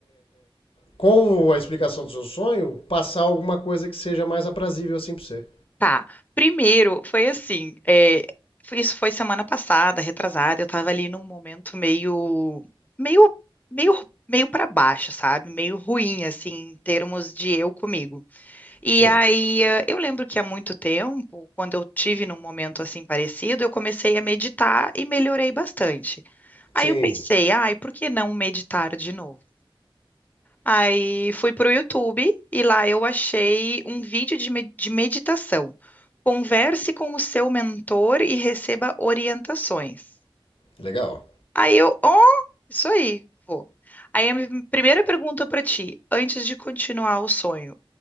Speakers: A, on the left (about 80°); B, on the left (about 20°).
A: com a explicação do seu sonho passar alguma coisa que seja mais aprazível assim para você.
B: Tá. Primeiro, foi assim, é, foi- isso foi semana passada, retrasada, eu tava ali num momento meio, meio, meio, meio para baixo, sabe? Meio ruim, assim, em termos de eu comigo. E
A: Sim.
B: aí, eh, eu lembro que há muito tempo, quando eu tive num momento assim parecido, eu comecei a meditar e melhorei bastante. Aí
A: Sim,
B: eu pensei, ai, por que não meditar de novo? Aí fui pro YouTube e lá eu achei um vídeo de, me- de meditação. Converse com o seu mentor e receba orientações.
A: legal.
B: Aí eu, oh, isso aí, vou. Aí a minha primeira pergunta para ti, antes de continuar o sonho,